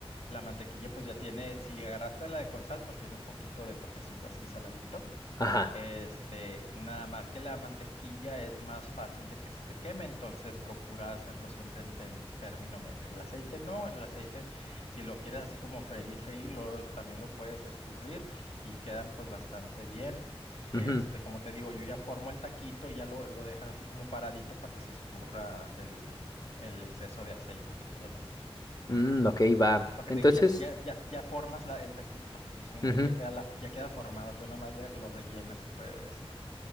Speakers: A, on the left; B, on the left.
A: La mantequilla pues ya tiene, si agarraste la de con sal, pues tiene un poquito de toquecito así saladito.
B: Ajá.
A: Este, nada más que la mantequilla es más fácil de que se te queme, entonces procura hacerlo siempre en temi- término medio. En el aceite no, en el aceite, si lo quieres así como freír, freír, luego también lo puedes escurrir y quedan pues bastante bien. Este,
B: ujú.
A: como te digo, yo ya formo el taquito y ya lo, lo dejas así como paradito para que se escurra el, el exceso de aceite que tienes.
B: Mm, ok, va.
A: Porque
B: Entonces,
A: te digo, ya, ya, ya, ya formas la- el taquito, y así me entiendes,
B: ujú,
A: ya queda la, ya queda formado, tú nada más le- lo rellenas, se puede decir.